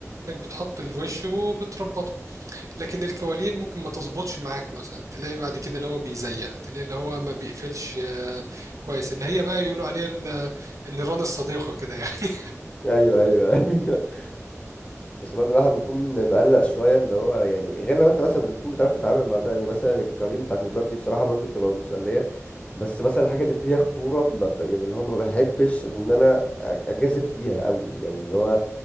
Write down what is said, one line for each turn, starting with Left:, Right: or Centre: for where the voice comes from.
Right: انك بتحط الوش وبتربطه لكن الكوالين ممكن ما تظبطش معاك مثلا تلاقي بعد كده اللي هو بيزيق تلاقي اللي هو ما بيقفلش آه، كويس اللي هي بقى يقولوا عليها ال- النيران الصديقة كده يعني
Left: ايوه ايوه ايوه <laughs> بس برضه الواحد بيكون مقلق شويه اللي هو يعني غير لو انت مثلا بتكون بتعرف تتعامل مع ده يعني مثلا القوانين بتاعت الباب دي بصراحه برضه بتبقى مسليه بس مثلا الحاجه اللي فيها خطوره ما ب... يعني اللي هو ما بحبش ان انا أ- اجازف فيها قوي يعني اللي هو